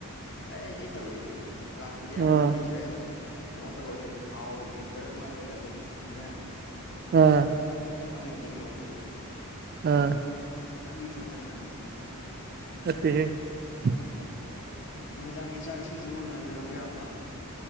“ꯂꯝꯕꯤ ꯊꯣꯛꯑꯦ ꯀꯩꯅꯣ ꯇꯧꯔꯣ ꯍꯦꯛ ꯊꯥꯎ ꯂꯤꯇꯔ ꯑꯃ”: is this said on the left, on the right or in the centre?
Left